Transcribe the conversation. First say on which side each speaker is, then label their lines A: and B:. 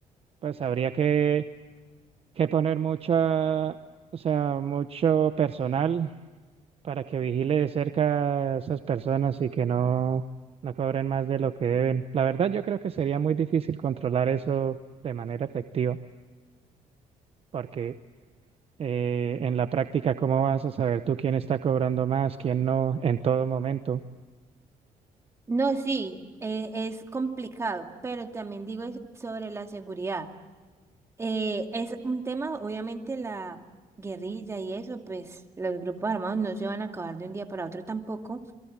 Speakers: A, on the right; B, on the right.
A: pues habría que, que poner mucha, o sea, mucho personal para que vigile de cerca a esas personas y que no, no cobren más de lo que deben. La verdad yo creo que sería muy difícil controlar eso de manera efectiva, porque Eh, en la práctica, ¿cómo vas a saber tú quién está cobrando más, quién no, en todo momento?
B: No, sí, eh, es complicado, pero también digo es sobre la seguridad. Eh, es un tema, obviamente la guerrilla y eso, pues los grupos armados no se van a acabar de un día para otro tampoco,